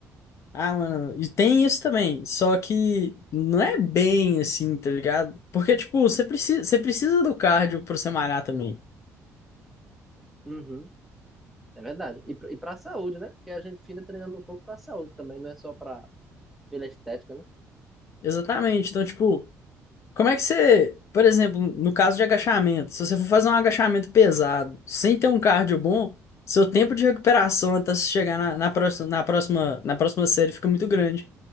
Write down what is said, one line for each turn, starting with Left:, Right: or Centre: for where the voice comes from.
Left: Ah, mano, e tem isso também, só que não é bem assim, tá ligado? Porque, tipo, você precisa, você precisa do cardio pra você malhar também.
Centre: Uhum, é verdade. E, pra- e para a saúde, né? Porque a gente fica treinando um pouco para a saúde também, não é só para pela estética, né?
Left: Exatamente. Então, tipo, como é que você, por exemplo, no caso de agachamento, se você for fazer um agachamento pesado, sem ter um cardio bom, seu tempo de recuperação até você chegar na, na próxima, na próxima, na próxima série fica muito grande.